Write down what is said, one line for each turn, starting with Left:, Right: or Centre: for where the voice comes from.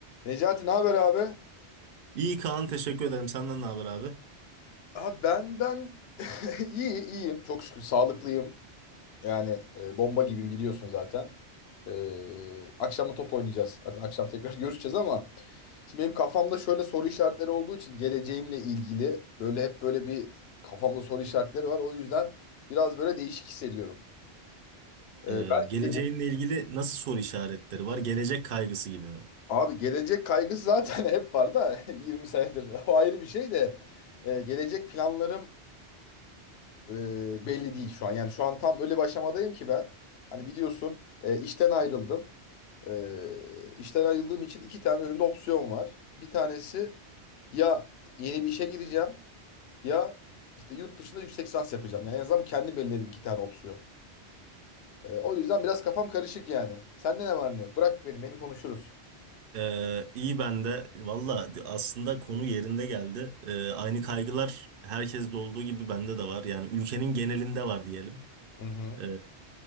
Left: Necati ne haber abi?
Right: İyi Kaan teşekkür ederim. Senden ne haber abi?
Left: Abi benden <laughs> iyi iyiyim çok şükür sağlıklıyım. Yani e, bomba gibiyim biliyorsun zaten. E, akşam da top oynayacağız. Zaten akşam tekrar <laughs> görüşeceğiz ama şimdi benim kafamda şöyle soru işaretleri olduğu için geleceğimle ilgili böyle hep böyle bir kafamda soru işaretleri var. O yüzden biraz böyle değişik hissediyorum. E,
Right: Ee,
Left: belki
Right: geleceğinle
Left: de bir-
Right: ilgili nasıl soru işaretleri var? Gelecek kaygısı gibi mi?
Left: abi gelecek kaygısı zaten <laughs> hep var da <laughs> 20 senedir <laughs> o ayrı bir şey de E, gelecek planlarım e, belli değil şu an. Yani şu an tam öyle bir aşamadayım ki ben. Hani biliyorsun e, işten ayrıldım. E, işten ayrıldığım için iki tane önümde opsiyon var. Bir tanesi ya yeni bir işe gireceğim ya işte yurt dışında yüksek lisans yapacağım. Yani en azından kendi belirledim iki tane opsiyon. E, o yüzden biraz kafam karışık yani. Sende ne var ne yok? Bırak beni, beni konuşuruz.
Right: Ee, iyi ben de. Valla aslında konu yerinde geldi. Ee, aynı kaygılar herkeste olduğu gibi bende de var. Yani ülkenin genelinde var diyelim.
Left: Hı hı.
Right: Ee,